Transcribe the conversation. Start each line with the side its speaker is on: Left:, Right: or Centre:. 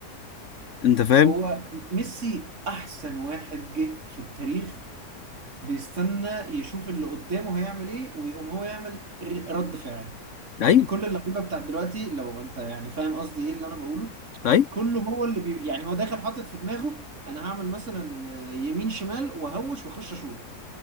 Left: انت فاهم
Right: هو ميسي احسن واحد جه في التاريخ بيستنى يشوف اللي قدامه هيعمل ايه ويقوم هو يعمل ر- رد فعل
Left: ايوه
Right: يعني كل اللعيبه بتاع دلوقتي لو انت يعني فاهم قصدي ايه اللي انا بقوله
Left: طيب
Right: كله هو اللي بي يعني هو داخل حاطط في دماغه انا هعمل مثلا يمين شمال وهوش واخش اشوط